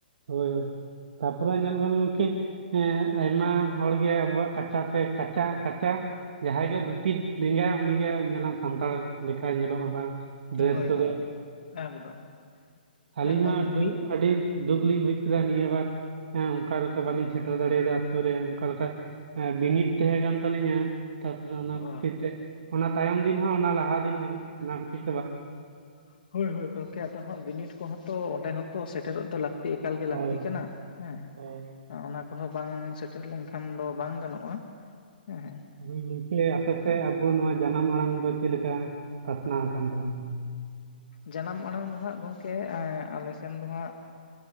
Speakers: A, on the right; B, on the left.
A: ᱦᱳᱭ ᱛᱟᱯᱚᱨᱮ ᱧᱮᱞ ᱵᱮᱱ ᱜᱚᱢᱠᱮ ᱦᱮᱸ ᱟᱭᱢᱟ ᱦᱚᱲ ᱜᱮ ᱟᱵᱚᱣᱟᱜ ᱠᱟᱪᱟᱛᱮ ᱠᱟᱪᱟ ᱠᱟᱪᱟ ᱡᱟᱦᱟᱸᱭ ᱜᱮ ᱫᱷᱩᱛᱤ ᱰᱮᱸᱜᱟᱭᱟ ᱩᱱᱤᱜᱮ ᱧᱮᱞᱟᱢ ᱥᱟᱱᱛᱟᱲ ᱞᱮᱠᱟᱭ ᱧᱮᱞᱚᱜᱼᱟ ᱵᱟᱝ ᱰᱨᱮᱥ
B: ᱦᱳᱭ
A: ᱠᱚᱫᱚ
B: ᱜᱚᱝᱠᱮ ᱮᱠᱫᱚᱢ
A: ᱟᱹᱞᱤᱧ
B: ᱮᱠᱫᱚᱢ
A: ᱦᱚᱸ
B: ᱢᱤᱫ
A: ᱟᱹᱰᱤ ᱫᱩᱠ ᱞᱤᱧ ᱵᱩᱡ ᱠᱮᱫᱟ ᱱᱤᱭᱟᱹ ᱵᱟᱨ ᱦᱮᱸ ᱚᱱᱠᱟ ᱞᱮᱠᱟ ᱵᱟᱞᱤᱧ ᱥᱮᱴᱮᱨ ᱫᱟᱲᱮᱭᱟᱫᱟ ᱟᱛᱳ ᱨᱮ ᱚᱱᱠᱟ ᱞᱮᱠᱟ ᱦᱮᱸ ᱵᱤᱱᱤᱰ ᱛᱟᱦᱮᱸ ᱠᱟᱱ ᱛᱟᱞᱤᱧᱟ ᱛᱟᱯᱚᱨᱮ ᱚᱱᱟ
B: ᱚ,
A: ᱠᱷᱟᱹᱛᱤᱨ ᱛᱮ ᱚᱱᱟ ᱛᱟᱭᱚᱢ ᱫᱤᱱ ᱦᱚᱸ ᱚᱱᱟ ᱞᱟᱦᱟ ᱫᱤᱱ ᱦᱚᱸ, ᱚᱱᱟ ᱠᱷᱟᱛᱤᱨ
B: ᱦᱳᱭ, ᱦᱳᱭ ᱦᱳᱭ ᱜᱚᱝᱠᱮ ᱟᱫᱚ ᱦᱟᱜ ᱵᱤᱱᱤᱴ ᱠᱚᱦᱚᱸ ᱛᱚ ᱚᱸᱰᱮ ᱦᱚᱸᱛᱚ ᱥᱮᱴᱮᱨᱚᱜ ᱫᱚ ᱞᱟᱹᱠᱛᱤ ᱮᱠᱟᱞ ᱜᱮ
A: ᱦᱳᱭ
B: ᱞᱟᱹᱠᱛᱤ ᱠᱟᱱᱟ ᱦᱮᱸ
A: ᱦᱳᱭ
B: ᱚᱱᱟ ᱠᱚᱦᱚᱸ ᱵᱟᱝ ᱥᱮᱴᱮᱨ ᱞᱮᱱᱠᱷᱟᱱ ᱫᱚ ᱵᱟᱝ ᱜᱟᱱᱚᱜᱼᱟ ᱦᱮᱸ
A: ᱟᱫᱚ <unintelligible> ᱥᱮ ᱟᱵᱚ ᱱᱚᱣᱟ ᱡᱟᱱᱟᱢ ᱟᱲᱟᱝ ᱫᱚ ᱪᱮᱫ ᱞᱮᱠᱟ ᱯᱟᱥᱱᱟᱣ ᱟᱠᱟᱱ ᱛᱟᱵᱚᱱᱟ
B: ᱡᱟᱱᱟᱢ ᱟᱲᱟᱝ ᱫᱚ ᱦᱟᱸᱜ ᱜᱚᱢᱠᱮ ᱮ ᱟᱞᱮ ᱥᱮᱱ ᱫᱚ ᱦᱟᱸᱜ